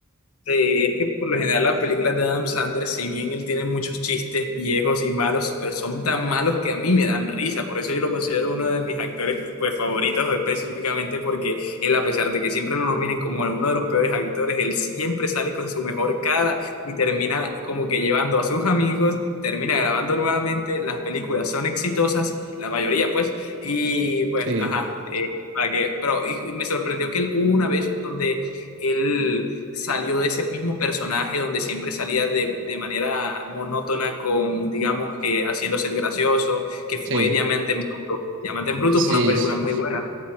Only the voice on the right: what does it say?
Sí,
sí,
sí,
sí.